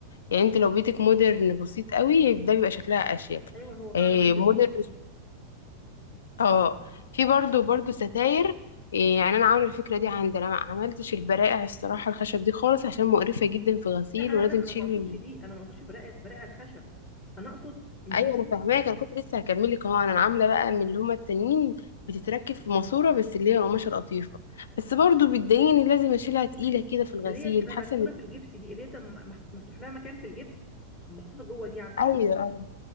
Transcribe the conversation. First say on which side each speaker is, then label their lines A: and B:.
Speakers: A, on the left; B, on the left.
A: يعني انت لو بيتك مودرن بسيط قوي ده بيبقى شكلها اشيك
B: ايوه هو فعلا
A: آه،
B: موديل
A: مودرن اه في برضو برضو ستاير إيه، يعني انا عامله الفكره دي عندي انا ما عملتش البرائع الصراحه الخشب دي خالص عشان مقرفه جدا في غسيل
B: لا لا
A: ولازم
B: لا انا
A: تشيل
B: ما اقصدش دي انا ما اقصدش برائع برائع الخشب انا اقصد مش
A: ايوه انا فاهماك انا كنت لسه هكمل لك اهو انا عامله بقى من اللي هما التانيين بتتركب في ماسوره بس اللي هي القماشه القطيفه بس برضو بتضايقني لازم اشيلها تقيله كده في الغسيل
B: اللي هي بتبقى
A: حاسه
B: مدفونه
A: ان
B: في الجبس دي اللي هي بتبقى مح- مفتوح لها مكان في الجبس ومحطوطه جوه دي عارفاها
A: ايوه ايوه